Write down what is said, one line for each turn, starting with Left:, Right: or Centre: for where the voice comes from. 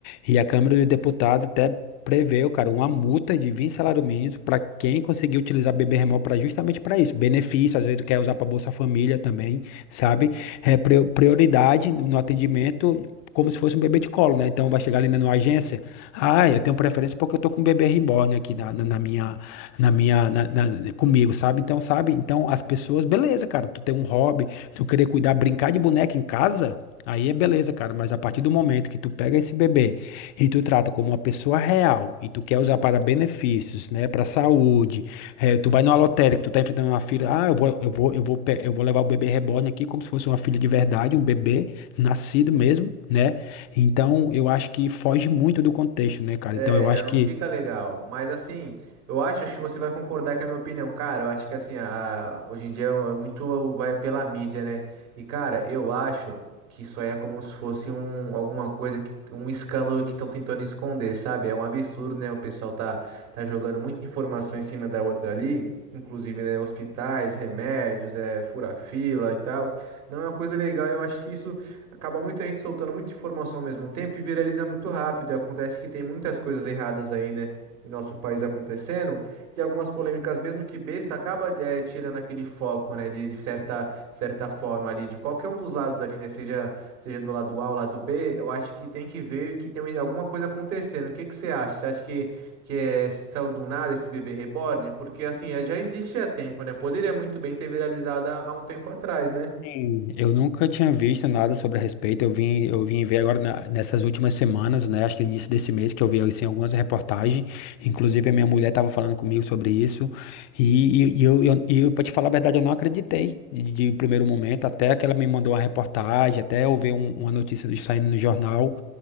Left: E a Câmara dos Deputados até preveu, cara, uma multa de 20 salários mínimos para quem conseguir utilizar bebê remoto para justamente para isso. Benefício, às vezes quer usar para Bolsa Família também, sabe? É, prio- prioridade no no atendimento. Como se fosse um bebê de colo, né? Então vai chegar ali na numa agência. Ah, eu tenho preferência porque eu tô com um bebê reborn aqui na, na, na minha, na minha, na- na- comigo, sabe? Então, sabe? Então, as pessoas, beleza, cara, tu tem um hobby, tu querer cuidar, brincar de boneca em casa, aí é beleza, cara, mas a partir do momento que tu pega esse bebê e tu trata como uma pessoa real e tu quer usar para benefícios, né, para saúde, eh, tu vai numa lotérica, tu tá enfrentando uma filha, ah, eu vou, eu vou, eu vou, pe- eu vou levar o bebê reborn aqui como se fosse uma filha de verdade, um bebê nascido mesmo, né? Então, eu acho que foge muito do contexto, né, cara?
Right: É,
Left: Então, eu
Right: já
Left: acho
Right: não
Left: que.
Right: fica legal. Mas assim, eu acho, acho que você vai concordar com a minha opinião, cara. Eu acho que assim, a- hoje em dia é muito vai pela mídia, né? E cara, eu acho que isso aí é como se fosse um alguma coisa que um escândalo que estão tentando esconder, sabe? É um absurdo, né? O pessoal tá tá jogando muita informação em cima da outra ali. Inclusive, né, hospitais, remédios, é, fura-fila e tal. Não é uma coisa legal. Eu acho que isso Acaba muita gente soltando muita informação ao mesmo tempo e viraliza muito rápido. E acontece que tem muitas coisas erradas aí, né? Em nosso país acontecendo, e algumas polêmicas, mesmo que besta, acaba eh, tirando aquele foco, né? De, de certa, certa forma ali, de qualquer um dos lados ali, né? Seja, seja do lado A ou lado B, eu acho que tem que ver que tem alguma coisa acontecendo. O que que você acha? Você acha que, que é, saiu do nada esse bebê reborn? Porque assim, eh, já existe há tempo, né? Poderia muito bem ter viralizado há há um tempo atrás, né?
Left: Sim, eu nunca tinha visto nada sobre a respeito. Eu vim, eu vim ver agora na- nessas últimas semanas, né? Acho que no início desse mês que eu vi assim, algumas reportagens. Inclusive, a minha mulher estava falando comigo sobre isso. E, e, e eu, eu, e eu, para te falar a verdade, eu não acreditei de, de primeiro momento, até que ela me mandou uma reportagem, até eu ver um- uma notícia do- saindo no jornal.